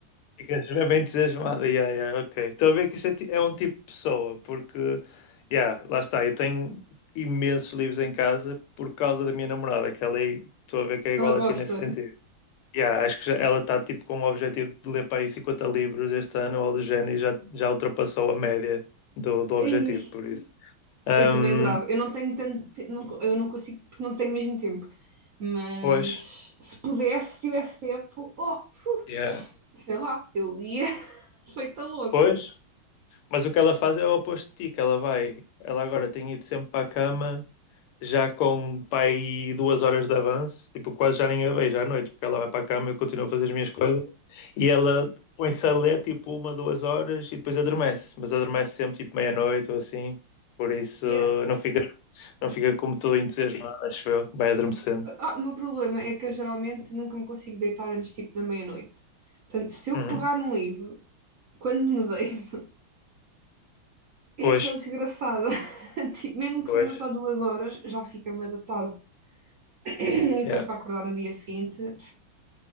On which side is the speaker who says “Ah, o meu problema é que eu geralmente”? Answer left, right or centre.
Right